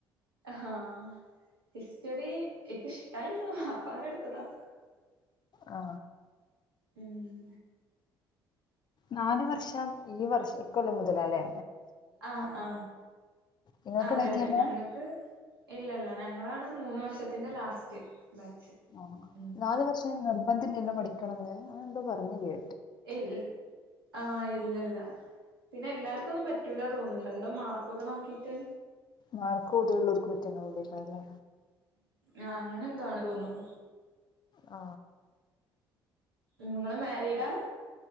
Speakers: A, on the right; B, on the left.
A: ഹാ ഹിസ്റ്ററി ഇക്ക് ഇഷ്ടായിന്നു അപ്പ അങ്ങനെ ട്ത്തതാ
B: ആ
A: ഉം
B: നാല് വർഷം ഈ വർ ഇക്കൊല്ലം മുതലാ ല്ലേ
A: ആആ
B: നിങ്ങൾക്ക്
A: അതെ
B: ഉണ്ടായിട്ടില്ലല്ലോ
A: അതെ ഞങ്ങൾക്ക് ഇല്ലല്ല ഞങ്ങളാണ് മൂന്ന് വർഷത്തിന്റെ ലാസ്റ്റ് ബാച്ച്
B: ആ
A: ഉം
B: നാല് വർഷം നിർബന്ധല്ലല്ലോ പഠിക്കണംന്ന് അങ്ങനെ എന്തോ പറഞ്ഞീല്ലേ
A: ഇൽ ആഹ് ഇല്ലല്ല പിന്നെ എല്ലാർക്കൊന്നും പറ്റൂല തോന്ന്ണ്ട് ടെ മാർക്കൊക്കെ നോക്കീട്ടേ
B: മാർക്ക് കൂടുതല്ള്ളോൽക്ക് പറ്റുന്നെള്ളെ യ്ക്കാരല്ലേ
A: ആ അങ്ങനെ എന്തോണ് തോന്ന്ണ്
B: ആ
A: നിങ്ങള് മാരിഡാ